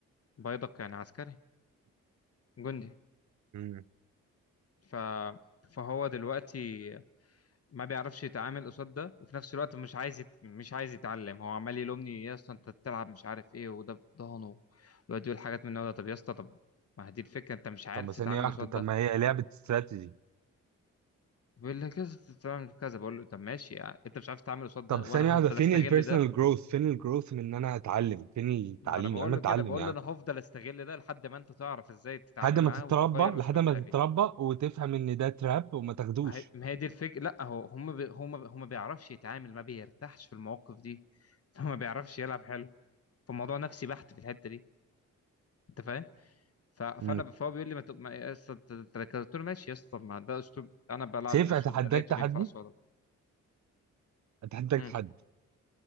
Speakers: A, on the left; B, on the right.
A: بيدق يعني عسكري جندي
B: مم.
A: ف فهو دلوقتي ما بيعرفش يتعامل قصاد ده وفي نفس الوقت مش عايز يت... مش عايز يتعلم هو عمال يلومني يا اسطى انت بتلعب مش عارف ايه وده بضهنه ويقعد يقول حاجات من النوع ده طب يا اسطى طب ما هي دي الفكره انت مش عارف
B: طب ما ثانية
A: تتعامل
B: واحدة
A: قصاد
B: طب
A: ده
B: ما هي لعبة استراتيجي
A: بيقول لي كذا تتعامل كذا بقول له طب ماشي يعني انت مش عارف تتعامل قصاد
B: طب
A: ده وانا
B: ثانية واحدة
A: هفضل
B: فين
A: استغل
B: البيرسونال
A: ده
B: جروث فين الجروث من ان انا اتعلم فين التعليم
A: ما انا بقول
B: يا عم اتعلم
A: له كده بقول
B: يا عم
A: له انا هفضل استغل ده لحد ما انت تعرف ازاي تتعامل
B: لحد ما
A: معاه
B: تتربى
A: وهغير
B: لحد
A: اسلوب
B: ما
A: لعبي
B: تتربى وتفهم ان ده تراب وما تاخدوش
A: ما هي ما هي دي الفكره لا هو هم بي... هم هم ما بيعرفش يتعامل ما بيرتاحش في المواقف دي <laughs> فما بيعرفش يلعب حلو فالموضوع نفسي بحت في الحته دي انت فاهم ف- فانا
B: مم.
A: فهو بيقول لي ما تبقى يا اسطى انت- انت لك- قلت له ماشي يا اسطى ما ده اسلوب انا بلعب
B: سيف
A: بالاسلوب
B: اتحداك
A: ده لقيته
B: تحدي
A: بينفع قصادك
B: اتحداك
A: امم
B: تحدي